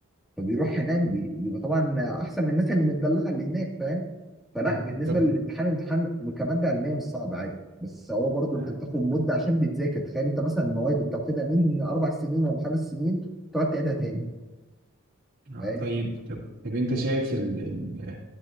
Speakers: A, in the centre; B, on the right.
A: فبيروح هناك بي- بيبقى طبعا احسن من الناس اللي متدلعه اللي هناك فاهم فلا
B: ايوه
A: بالنسبه
B: طب
A: للامتحان الامتحان كماده علميه مش صعب عادي بس هو برضو
B: آه،
A: انت بتاخد مده عشان بتذاكر تخيل انت مثلا المواد انت واخدها من اربع سنين ولا خمس سنين تقعد تعيدها تاني
B: مم. آه،
A: فاهم
B: طيب طب طب انت شايف ال... ال...